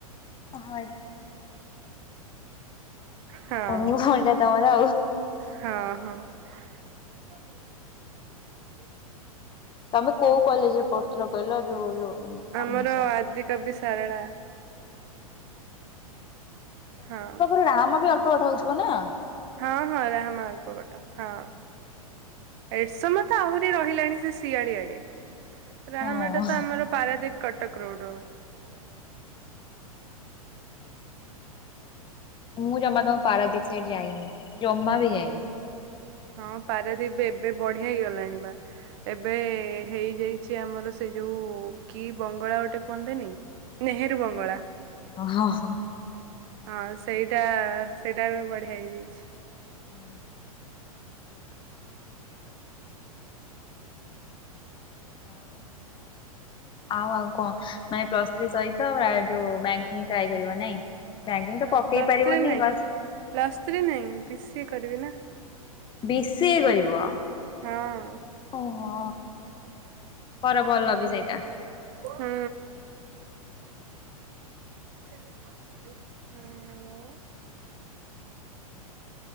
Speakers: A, on the left; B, on the right.
A: ହଁ
B: ହଁ
A: କୁନି ଭଉଣୀ ଟା ତମର।
B: ହଁ ହଁ। <inaudible> ହୁଁ।
A: ତମେ କୋଉ କଲେଜ ରେ ପଢୁଥିଲ କହିଲ ଯୋଉ ଯୋଉ।
B: ଆମର
A: ସରି
B: ଆଦି କବି ସାରଳା। ହଁ।
A: <unintelligible> ପୁଅ ଟା ଉଠିବନା।
B: ହଁ ହଁ ରାହାମା ଅଳ୍ପ ବା। ହଁ ଏଡଶ ମ ତ ଆହୁରି ରହିଲାଣି ସେ ଶିଆଳିଆଡେ। ରାହାମାଟା
A: ହଁ।
B: ତ ଆମର ପାରାଦୀପ କଟକ ରୋଡ।
A: ମୁଁ ଜମା ବି ତମ ପାରାଦ୍ୱୀପ ସାଇଡ ଯାଇନି ଜମା ବି ଯାଇନି।
B: ହଁ ପାରାଦ୍ୱୀପ ଏବେ ବଢିଆ ହେଇଗଲାଣି ବା ଏବେ ହେଇଯାଇଛି। ଛି ଆମର ସେ ଯୋଉ କି ବଙ୍ଗଳା ଗୋଟେ କୁହନ୍ତନି ନେହେରୁ ବଙ୍ଗଳା।
A: ହଁ ହଁ। ହଁ।
B: ହଁ ସେଇଟା ସେଇଟା ଏବେ ବଢିଆ ହେଇଯାଇଛି।
A: ହୁଁ।
B: <inaudible>
A: ଆଉ ଆଉ ଆଉ କଣ ମାନେ ପ୍ଲସ୍ ଥ୍ରି ସହିତ ଯୋଉ <unintelligible> ନାଇଁ। ବ୍ୟାଙ୍କିଙ୍ଗ
B: ହଁ
A: ତ ପକେଇ
B: ପ୍ଲସ୍
A: ପାରିବନି
B: ଥ୍ରୀ ନାଇଁ
A: ବାସ୍।
B: ପ୍ଲସ୍ ଥ୍ରୀ ନାଇଁ ବି ସି କରିବି ନା।
A: ବିଶି ଏ କରିବ।
B: ହଁ।
A: ଓହୋ। କର ଭଲ ବି ସେଇଟା।
B: ହୁଁ। ହଁ ଆଉ।